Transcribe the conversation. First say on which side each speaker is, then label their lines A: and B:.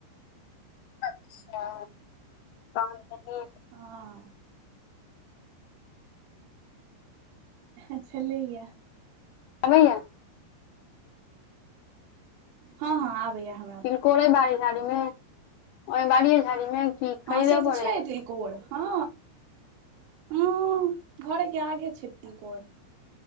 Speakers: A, on the left (about 85°); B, on the right (about 75°).
A: अचछा पननी
B: हँ अच्छा लैयए।
A: आबैयए
B: हँ-हँ आबैयेहब।
A: तिलकोर एहि बाड़ी-झाड़ी मे, ओहि बाड़ी झाड़ी मे। की
B: हँ
A: खरीदऽ
B: से तऽ
A: पड़ैया
B: छई तिलकोर हँ ह घरे के आगे छै तिलकोर,